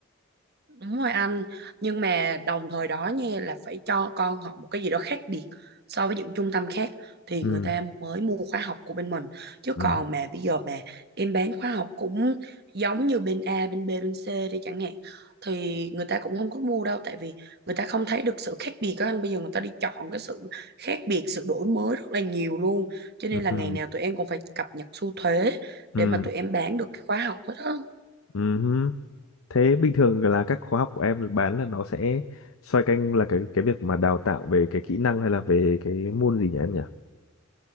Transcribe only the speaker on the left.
ừ
ừ
ừ
ừ
ừ.
Ừm, Thế bình thường là các khóa học của em bán là nó sẽ xoay quanh là cái cái việc mà đào tạo về cái kỹ năng hay là về cái môn gì nhỉ em nhỉ?